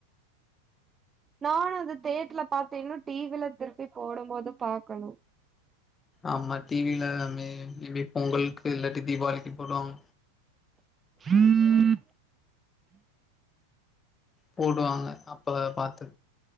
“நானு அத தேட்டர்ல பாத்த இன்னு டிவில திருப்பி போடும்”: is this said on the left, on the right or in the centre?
Right